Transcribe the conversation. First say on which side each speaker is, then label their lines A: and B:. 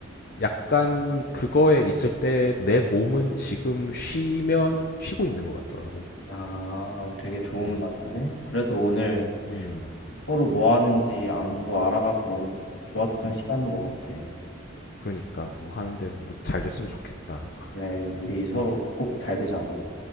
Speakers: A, on the left; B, on the left.
A: 약간 그거에 있을 때 내 몸은 지금 쉬면 쉬고 있는 것 같더라고.
B: 야, 되게 좋은
A: 음,
B: 말인데? 그래도 오늘
A: 음, 음.
B: 서로 뭐 하는지 안부 알아가서 너무 좋았던
A: 음,
B: 시간인 것 같아.
A: 그러니까 뭐 하는데 도잘 됐으면 좋겠다.
B: 그래, 우리 서로
A: 음,
B: 꼭 잘 되자고.
A: 음,